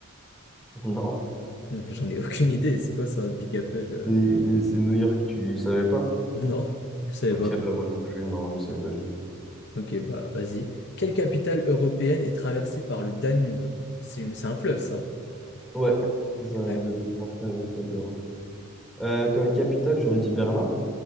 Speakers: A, in the centre; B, on the left (about 50°).
A: <laughs> Non,
B: <laughs> J'en ai aucune idée. C'est quoi ça, Big Apple? euh
A: Et- et c'est New York, tu savais pas?
B: Non, je savais
A: Ok,
B: pas.
A: bah moi non plus, non, je savais pas du tout.
B: Ok, bah vas-y. Quelle capitale européenne est traversée par le Danube? C'est une... c'est un fleuve, ça.
A: Ouais, c'est ça, le
B: Ouais.
A: plus grand fleuve d'Europe. Euh, comme capitale, j'aurais dit Berlin,